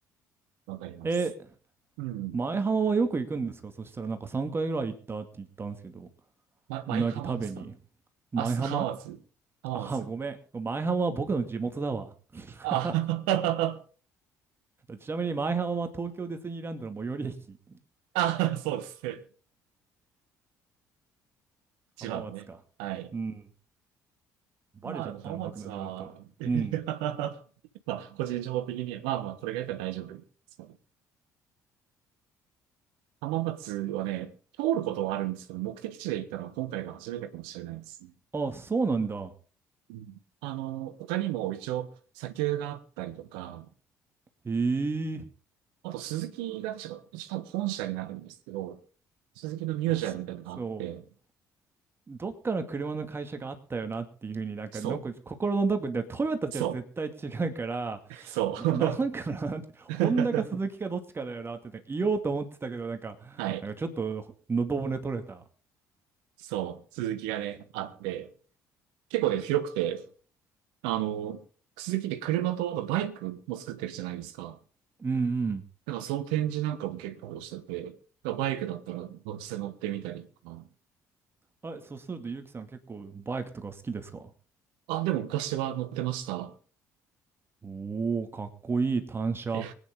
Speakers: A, on the right (about 70°); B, on the right (about 25°).
A: わかります。
B: え、
A: うん。
B: 前浜はよく行くんですかそしたらなんか3回ぐらい行ったって言ったんですけど。
A: ま、舞浜ですか
B: うなぎ食べに。舞浜
A: あ、す浜松。浜松。
B: あ、ごめん。舞浜は僕の地元だわ。<laughs>
A: あ、
B: ちなみに舞浜は東京ディズニーランドの最寄り駅。
A: <laughs> あ、そうですね。千葉のね。
B: 浜松か。
A: はい。
B: うん。バレちゃったな、
A: まあでも浜松は、
B: 僕の地元。
A: <laughs> いや、
B: うん。
A: まあ個人情報的に、まあまあこれがやったら大丈夫ですから浜松はね、通ることはあるんですけど、目的地で行ったのは今回が初めてかもしれないですね。
B: あ、そうなんだ。
A: うんあの、他にも一応砂丘があったりとか、
B: へえ。
A: あと鈴木が確か、一応多分本社になるんですけど、鈴木のミュージアムみたいなのがあって、
B: あ、そ、そう。どっかの車の会社があったよなっていうふうになんか、
A: そ
B: どこ、心のどこで、トヨタじゃ絶対違うから、
A: う、そう、そう。
B: な、なんかなって、
A: <laughs>
B: ホンダかスズキかどっちかだよなってね言おうと思ってたけど、なんか、
A: はい、
B: なんかちょっと喉骨取れた。
A: そう、鈴木がね、あって、結構ね、広くて、あの、スズキって車とあとバイクも作ってるじゃないですか。
B: うん
A: だからその展示なんかも結構してて、だからバイクだったら乗せて乗ってみたりとか。
B: うん。え、そするとゆうきさん結構バイクとか好きですか
A: あ、でも昔は乗ってました。
B: おー、かっこいい単車。
A: いや、